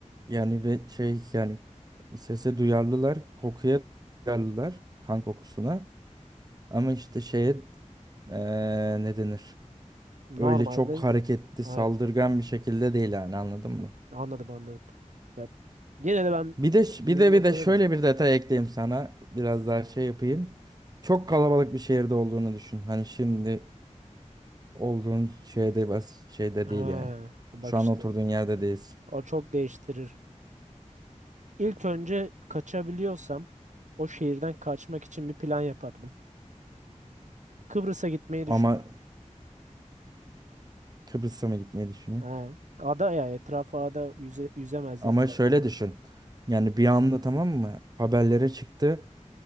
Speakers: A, on the right; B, on the right.
A: Yani ve şey yani sese duyarlılar, kokuya duyarlılar, kan kokusuna. Ama işte şeye eee ne denir?
B: Normalde.
A: Öyle çok hareketli,
B: Aynen.
A: saldırgan bir şekilde değil yani anladın mı?
B: Anladım anladım. Ya, yine de ben
A: Bir de
B: mühimmat
A: bir de bir de
B: alırdım.
A: şöyle bir detay ekleyeyim sana. Biraz daha şey yapayım. Çok kalabalık bir şehirde olduğunu düşün. Hani şimdi olduğun şeyde bas şeyde
B: Ha,
A: değil yani.
B: bak
A: Şu
B: işte.
A: an oturduğun yerde değilsin.
B: O çok değiştirir. İlk önce kaçabiliyorsam o şehirden kaçmak için bir plan yapardım. Kıbrıs'a gitmeyi
A: Ama
B: düşünüyorum.
A: Kıbrıs'a mı gitmeyi düşünüyor?
B: Ha, ada ya etrafa ada yüze, yüzemezler
A: Ama
B: falan.
A: şöyle düşün. Yani bir anda tamam mı? Haberlere çıktı.